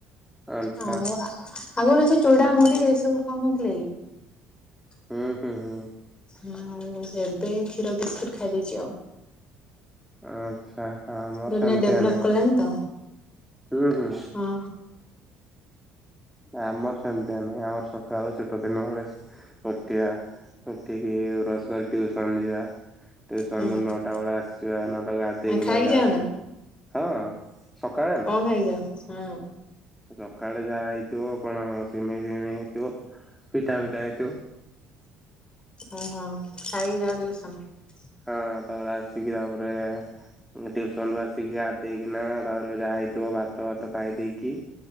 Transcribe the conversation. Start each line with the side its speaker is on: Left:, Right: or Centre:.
Centre: ଆଚ୍ଛା
Left: ହଉ ଆଗରୁ ସେ ଚୂଡ଼ା ମୁଢ଼ି ଏସବୁ ଖାଉ ନ ଥିଲେ କି?
Centre: ହୁଁ ହୁଁ ହୁଁ
Left: ହ ଏବେ କ୍ଷୀର ବିସ୍କୁଟ ଖାଇଦେଇଛି ଆଉ।
Centre: ଆଚ୍ଛା ଆମର
Left: ଦୁନିଆ
Centre: ସେମିତିଆ
Left: ଡେଭଲପ
Centre: ନାଇଁ।
Left: କଲାଣିି ତ?
Centre: ହୁଁ ହୁଁ
Left: ହଁ।
Centre: ଆମର ସେମିତିଆ ନାଇଁ ଆମର ସକାଳୁ ଛୋଟ ଦିନ ବେଳେ ଗୋଟିଆ ଉଠିକି ବ୍ରସ୍ କରିକି ଟିୁଉସନ ଯିବା। ଟ୍ୟୁସନରୁ
Left: ହଁ
Centre: ନଅଟା ବେଳେ ଆସିବା ନଅଟା ଗା ଦେଇ ଗୋଧା
Left: ଖାଇକି
Centre: ଯାହା
Left: ଯାଅ
Centre: ଥିବା
Left: ନା
Centre: ହଁ। ସକାଳେ ନା
Left: କଣ ଖାଇଛ ହଁ।
Centre: ସକାଳେ ଯାହା ହେଇଥିବ କଣ ସିମେଇ ଫିମେଇ ହେଇଥିବ। ପିଠା ପିଠା ହେଇ ଥିବ।
Left: ଓହୋ ଖାଇକି ଯାଅ ହେରି ଟିଉସନ।
Centre: ହଁ ତାପରେ ଆସିକି ତାପରେ ଟିଉସନ ରୁ ଆସିକି ଗାଧେଇକି ନା ତାପରେ ଯାଏ ହେଇଥିବ ଭାତ ଫାତ ଖାଇ ଦେଇକି